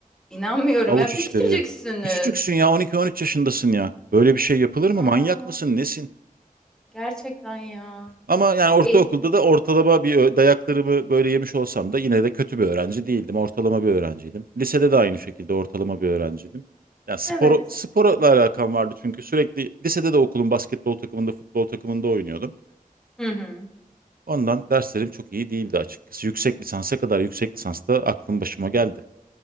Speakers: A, in the centre; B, on the right.
A: İnanmıyorum
B: Avuç
A: ya bir
B: içleriyle.
A: de küçücüksünüz.
B: Küçücüksün ya on iki on üç yaşındasın ya. Böyle bir şey yapılır mı? Manyak
A: Aa,
B: mısın? Nesin?
A: gerçekten ya.
B: Ama yani ortaokulda
A: Eğitim.
B: da ortalama bir ö- dayaklarımı böyle yemiş olsam da yine de kötü bir öğrenci değildim. Ortalama bir öğrenciydim. Lisede de aynı şekilde ortalama bir öğrenciydim. Yani spor,
A: Evet.
B: sporla alakam vardı çünkü sürekli lisede de okulun basketbol takımında, futbol takımında oynuyordum.
A: Hı hı.
B: Ondan derslerim çok iyi değildi açıkçası. Yüksek lisansa kadar yüksek lisansta aklım başıma geldi.